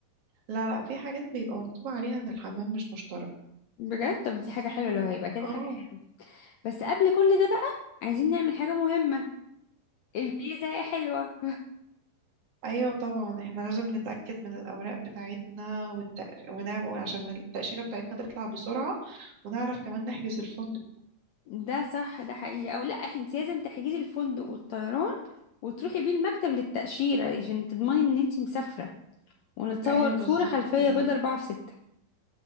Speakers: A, on the right; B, on the left.
A: لا لا في حاجات بيبقى مكتوب عليها إن الحمام مش مشترك
B: بجد طب دي حاجه حلوه لو هيبقى كده
A: اه
B: حاجه حلوه بس قبل كل ده بقى عايزين نعمل حاجه مهمه الفيزا يا حلوه
A: ايوه طبعا احنا لازم نتاكد من الاوراق بتاعتنا والتأ... ونعمل عشان التاشيره بتاعتنا تطلع بسرعه ونعرف كمان نحجز الفندق
B: <laughs> ده صح ده حقيقي او لا انت لازم تحجزي الفندق والطيران وتروحي بيه المكتب للتاشيره عشان تضمني ان انت مسافره ونتصور
A: ايوه بالظبط
B: صورة خلفية
A: كده
B: بيضة أربعة في ستة